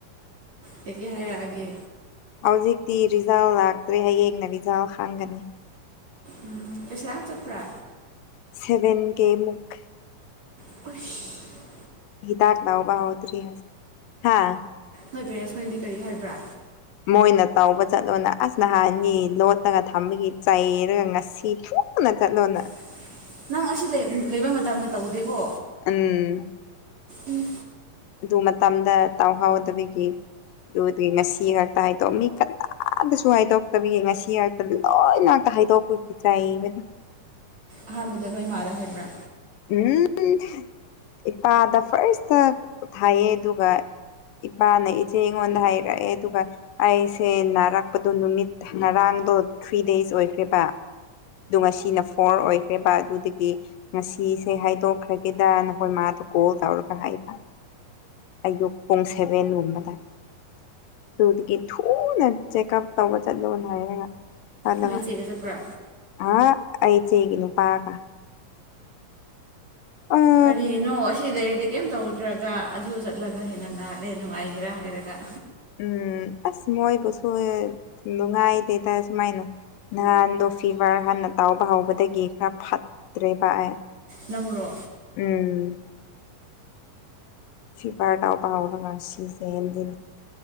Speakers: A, on the right (about 50°); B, on the left (about 80°).
A: ꯀꯩ ꯀꯩ ꯍꯥꯏꯔꯛꯑꯒꯦ꯫
B: ꯍꯧꯖꯤꯛꯇꯤ ꯔꯤꯖꯥꯜ ꯂꯥꯛꯇ꯭ꯔꯦ ꯍꯌꯦꯡꯅ ꯔꯤꯖꯥꯜ ꯈꯪꯒꯅꯤ꯫
A: ꯎꯝ ꯄꯩꯁꯥ ꯌꯥꯝ ꯆꯠꯄ꯭ꯔꯥ꯫
B: ꯁꯦꯕꯦꯟ ꯀꯦ ꯃꯨꯛ꯫
A: ꯎꯏ꯭ꯁ
B: ꯍꯥꯛ ꯂꯎꯕ ꯍꯧꯗ꯭ꯔꯤ ꯍꯧꯖꯤꯛ ꯍꯥ꯫
A: ꯅꯣꯏ ꯄꯦꯔꯦ꯭ꯟꯁ ꯈꯣꯏꯅꯗꯤ ꯀꯔꯤ ꯍꯥꯏꯕ꯭ꯔꯥ꯫
B: ꯃꯣꯏꯅ ꯇꯧꯕ ꯆꯠꯂꯣꯅ ꯑꯁ ꯅꯍꯥꯟꯒꯤ ꯂꯣꯠꯠꯇꯒ ꯊꯝꯕꯒꯤ ꯆꯩꯔꯒ ꯉꯁꯤ ꯐꯨ ꯊꯨꯅ ꯆꯠꯂꯣꯅ
A: <unintelligible> ꯅꯪ ꯑꯁꯤ ꯂꯩꯕ ꯃꯇꯝꯗ ꯇꯧꯗꯦꯀꯣ
B: ꯎꯝ
A: ꯎꯝ
B: ꯑꯗꯨ ꯃꯇꯝꯗ ꯇꯥꯎꯍꯥꯎꯗꯕꯒꯤ ꯑꯗꯨꯒꯤ ꯉꯁꯤ ꯉꯥꯛꯇ ꯍꯥꯏꯗꯣ ꯃꯤ ꯀꯥꯝꯅꯥꯝ ꯑꯥꯗꯁꯨ ꯍꯥꯏꯗꯣꯛꯇꯕꯤꯒꯤ ꯉꯁꯤ ꯉꯥꯛꯇ ꯂꯣꯏꯅ ꯉꯥꯛꯇ ꯍꯥꯏꯗꯣꯛꯄꯒꯤ ꯆꯩꯕꯅꯦꯢ
A: ꯑꯍꯥꯟꯕꯗ ꯅꯣꯏꯃꯥꯗ ꯍꯥꯏꯕ꯭ꯔꯥ
B: ꯎꯝ ꯏꯄꯥꯗ ꯐꯥꯔꯁꯇ ꯍꯥꯏꯌꯦ ꯑꯗꯨꯒ ꯏꯄꯥꯅ ꯏꯆꯦ ꯑꯩꯉꯣꯟꯗ ꯍꯥꯏꯔꯛꯑꯦ ꯑꯗꯨꯒ ꯑꯩꯁꯦ ꯅꯥꯔꯛꯄꯗꯣ ꯅꯨꯃꯤꯠ ꯉꯔꯥꯡꯗꯣ ꯊ꯭ꯔꯤ ꯗꯦꯖ ꯑꯣꯏꯈ꯭ꯔꯦꯕ ꯑꯗꯨ ꯉꯁꯤꯅ ꯐꯣꯔ ꯑꯣꯏꯈ꯭ꯔꯦꯕ ꯑꯗꯨꯗꯒꯤ ꯉꯁꯤ ꯁꯤꯁꯦ ꯍꯥꯏꯗꯣꯛꯈ꯭ꯔꯒꯦꯗ ꯑꯩꯈꯣꯏ ꯃꯥꯗꯣ ꯀꯣꯜ ꯇꯧꯔꯒ ꯍꯥꯏꯕ ꯑꯌꯨꯛ ꯄꯨꯡ ꯁꯦꯕꯦꯟꯒꯨꯝꯕꯗ ꯑꯗꯨꯗꯒꯤ ꯊꯨꯅ ꯆꯦꯛꯑꯞ ꯇꯧꯕ ꯆꯠꯂꯣꯅ ꯍꯥꯏꯔꯛꯑꯦ ꯍꯜꯂꯒ
A: ꯅꯣꯏ ꯆꯦꯒ ꯆꯠꯄ꯭ꯔꯥ
B: ꯍꯥ ꯑ ꯑꯩꯆꯦꯒꯤꯅꯨꯄꯥꯥꯒ ꯑ
A: ꯀꯔꯤꯅꯣ ꯑꯁꯤ ꯂꯩꯔꯗꯤ ꯀꯩꯝ ꯇꯧꯗ꯭ꯔꯒ ꯑꯗꯨ ꯆꯠꯂꯒ ꯍꯦꯟꯅ ꯅꯥꯔꯦ ꯅꯨꯡꯉꯥꯏꯒꯦꯔꯥ ꯍꯥꯏꯔꯒ
B: ꯎꯝ ꯑꯁ ꯃꯣꯏꯕꯨꯁꯨ ꯅꯨꯡꯉꯥꯏꯇꯔꯦ ꯁꯨꯃꯥꯏꯅ ꯅꯍꯥꯟꯗꯣ ꯐꯤꯚꯔ ꯍꯥꯟꯅ ꯇꯥꯎꯕ ꯍꯧꯕꯗꯒꯤ ꯈꯔ ꯐꯠꯇ꯭ꯔꯦꯕ ꯑꯩ
A: ꯅꯪꯉꯨꯔꯣ
B: ꯎꯝ ꯐꯤꯚꯔ ꯇꯨꯕ ꯍꯨꯔꯒ ꯁꯤꯖꯟꯖꯤ